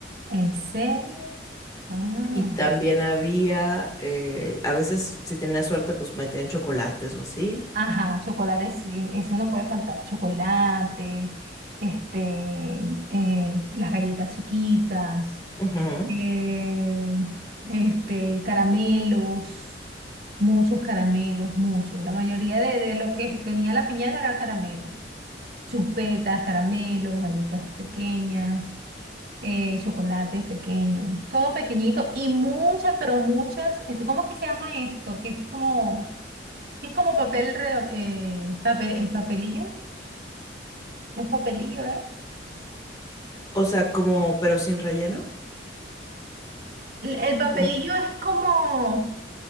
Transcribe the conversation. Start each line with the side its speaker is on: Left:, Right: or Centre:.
Right: ¿En serio? Ah,
Left: Y también había, eh, a veces si tenía suerte, pues metían chocolates o así.
Right: ajá, chocolate, sí, eso no puede faltar. Chocolate, este, eh, las galletas chiquitas,
Left: Ujú.
Right: eh, este, caramelos, muchos caramelos, muchos. La mayoría de, de lo que tenía la piñata era caramelo. Chupetas, caramelos, galletas pequeñas. eh, chocolates pequeños, todo pequeñito y muchas, pero muchas, este, ¿cómo es que se llama esto? Que es como, que es como papel redondo, papel, el papelillo, no es papelillo, ¿eh?
Left: O sea, como, pero sin relleno.
Right: El, el papelillo
Left: Como-
Right: es como